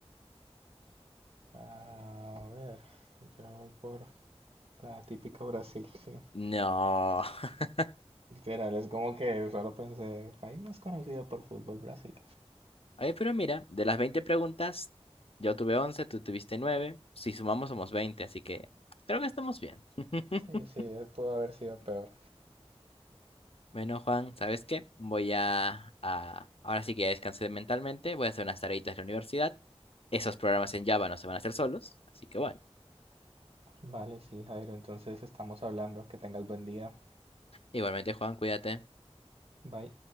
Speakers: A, on the right; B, on the left.
A: A ver, yo voy por la típica Brasil, sí.
B: No. <laughs>
A: Literal, es como que solo pensé, país más conocido por fútbol, Brasil.
B: Oye, pero mira, de las 20 preguntas, yo tuve 11, tú tuviste 9. Si sumamos somos 20, así que creo que estamos bien. <laughs>
A: Sí, sí, eh, pudo haber sido peor.
B: Bueno, Juan, ¿sabes qué? Voy a, a- Ahora sí que ya descansé mentalmente, voy a hacer unas tareitas de la universidad esos programas en Java no se van a hacer solos, así que bueno.
A: Vale, sí, Jairo, entonces estamos hablando. Que tengas buen día.
B: Igualmente, Juan, cuídate.
A: Bye.